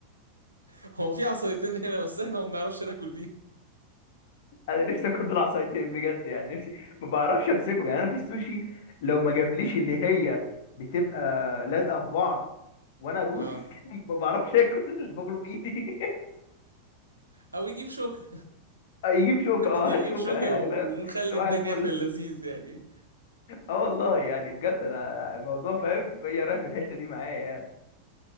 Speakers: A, on the right; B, on the left.
A: <laughs> هو في عصايتين هنا بس احنا ما بنعرفش ناكل بيه
B: انا نفسي اكل بالعصايتين بجد يعني نفسي ما بعرفش امسكهم يعني انا في السوشي لو ما جابليش اللي هي بتبقى لازقه في بعض وانا ادوس
A: اه
B: <laughs> ما بعرفش اكل باكله بايدي
A: او يجيب شوكة
B: <laughs> يجيب شوكه
A: <laughs>
B: اه
A: يجيب
B: هات شوكه
A: شوكة
B: يعني
A: ونخلي
B: فاهم صباح
A: الدنيا
B: الفل
A: في اللذيذ يعني
B: اه والله يعني بجد انا الموضوع فاهم هي رايح في الحته دي معايا يعني.